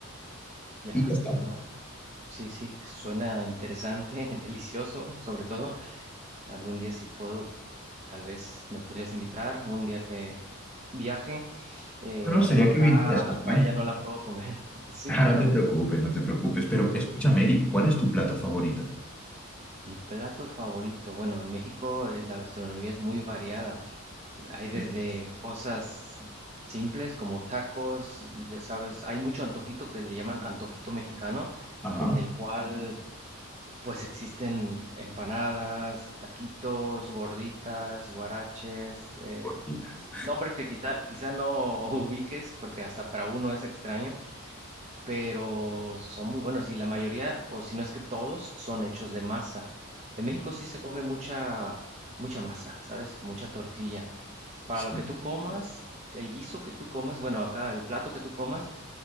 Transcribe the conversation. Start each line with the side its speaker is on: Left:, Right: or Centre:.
Right: ya,
Centre: Y ya está.
Right: bueno, sí, sí, suena interesante, <laughs> delicioso, sobre todo. Algún día si puedo, tal vez me podrías invitar, un día que viaje. Eh,
Centre: Pero sería
Right: yo acá
Centre: que vinieras
Right: la
Centre: a España.
Right: paella no la puedo comer. <laughs> Sí,
Centre: Ah,
Right: claro.
Centre: no te preocupes, no te preocupes. Pero escúchame, Eric, ¿cuál es tu plato favorito?
Right: Mi plato favorito, bueno, en México eh, la gastronomía es muy variada. Hay desde
Centre: Eh,
Right: cosas simples como tacos, ya sabes, hay mucho antojito que le llaman antojito mexicano,
Centre: Ajá.
Right: en el cual pues existen empanadas, taquitos, gorditas, guaraches, eh,
Centre: Gorditas.
Right: nombres que quizá, quizá no <laughs> ubiques porque hasta para uno es extraño pero son muy buenos y la mayoría, o si no es que todos, son hechos de masa. En México sí se come mucha, mucha masa, ¿sabes? Mucha tortilla. Para
Centre: Sí.
Right: lo que tú comas, el guiso que tú comas, bueno, acá el plato que tú comas,